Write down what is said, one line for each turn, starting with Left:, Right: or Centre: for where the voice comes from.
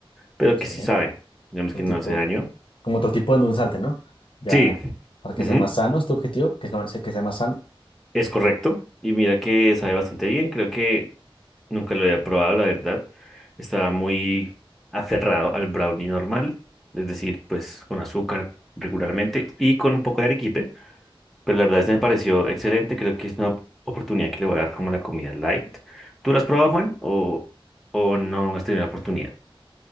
Centre: pero
Left: Sí.
Centre: que sí sabe. Digamos
Left: Otro
Centre: que no
Left: tipo,
Centre: hace daño.
Left: como otro tipo de un salte, ¿no? Ya,
Centre: Sí.
Left: para que
Centre: ujú.
Left: sea más sano, ¿es tu objetivo? Que sea, que sea más sano.
Centre: Es correcto. Y mira que sabe bastante bien. Creo que nunca lo había probado, la verdad. Estaba muy aferrado al brownie normal, es decir, pues con azúcar regularmente y con un poco de arequipe. Pero la verdad, este me pareció excelente. Creo que es una oportunidad que le voy a dar como la comida light. ¿Tú la has probado, Juan? ¿O, o no has tenido la oportunidad?